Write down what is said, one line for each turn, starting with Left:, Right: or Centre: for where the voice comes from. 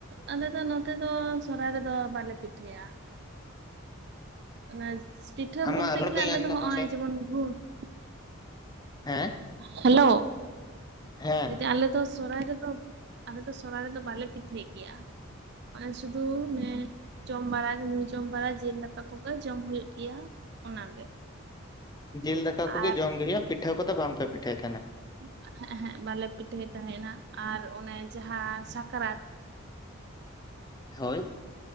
Right: ᱟᱞᱮ ᱫᱚ ᱱᱚᱛᱮ ᱫᱚ ᱥᱚᱨᱦᱟᱭ ᱨᱮᱫᱚ ᱵᱟᱞᱮ ᱯᱤᱴᱷᱟᱹᱭ-ᱟ ᱚᱱᱟ ᱯᱤᱴᱷᱟᱹ
Left: ᱟᱢᱟᱜ
Right: ᱵᱚᱞᱛᱮ
Left: ᱨᱚᱲ
Right: ᱜᱮᱞᱮ
Left: ᱵᱟᱹᱧ
Right: ᱟᱞᱮ
Left: ᱟᱸᱡᱚᱢ
Right: ᱫᱚ
Left: ᱫᱟ
Right: ᱦᱚᱜᱼᱚᱭ
Left: ᱢᱟᱥᱮ
Right: ᱡᱮᱢᱚᱱ <unintelligible>
Left: ᱦᱮᱸ
Right: ᱦᱮᱞᱳ <unintelligible>
Left: ᱦᱮᱸ
Right: ᱟᱯᱮ ᱫᱚ ᱥᱚᱨᱦᱟᱭ ᱨᱮᱫᱚ ᱟᱞᱮ ᱫᱚ ᱥᱚᱨᱦᱟᱭ ᱨᱮᱫᱚ ᱵᱟᱞᱮ <unintelligible> ᱜᱮᱭᱟ ᱚᱱᱮ ᱥᱩᱫᱩ ᱡᱚᱢ ᱵᱟᱲᱟ ᱧᱩ ᱡᱚᱢ ᱵᱟᱲᱟ ᱡᱤᱞ ᱫᱟᱠᱟ ᱠᱚᱜᱮ ᱡᱚᱢ ᱦᱩᱭᱩᱜ ᱜᱮᱭᱟ ᱚᱱᱟᱜᱮ
Left: ᱡᱤᱞ ᱫᱟᱠᱟ ᱠᱚᱜᱮ
Right: ᱟᱨ
Left: ᱡᱚᱢ <unintelligible> ᱯᱤᱴᱷᱟᱹ ᱠᱚᱫᱚ ᱵᱟᱝ ᱯᱮ ᱯᱤᱴᱷᱟᱹᱭ ᱛᱟᱦᱮᱱᱟ
Right: <unintelligible> ᱵᱟᱞᱮ ᱯᱤᱴᱷᱟᱹᱭ ᱛᱟᱦᱮᱱᱟ ᱟᱨ ᱚᱱᱮ ᱡᱟᱸᱦᱟ ᱥᱟᱠᱨᱟᱛ
Left: ᱦᱳᱭ